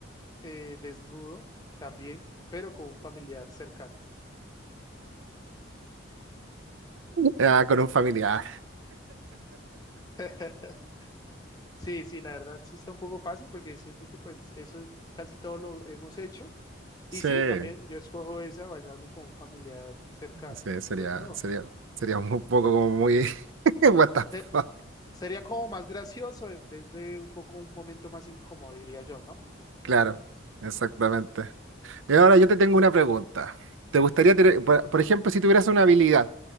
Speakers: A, on the left (about 20°); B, on the right (about 80°).
A: eh, desnudo también, pero con un familiar cercano.
B: Ah, con un familiar.
A: <laughs> Sí, sí, la verdad sí está un poco fácil porque siento que pues eso casi todo lo hemos hecho. Y
B: Sí,
A: sí, también yo escojo esa, bañarme con un familiar cercano,
B: sí, sería,
A: desnudo.
B: sería, sería un poco como muy... <laughs> What the
A: Se-
B: fuck.
A: sería como más gracioso en vez de un poco un momento más incómodo, diría yo, ¿no?
B: Claro, exactamente. Y ahora yo te tengo una pregunta. ¿Te gustaría tener, por, por ejemplo, si tuvieras una habilidad,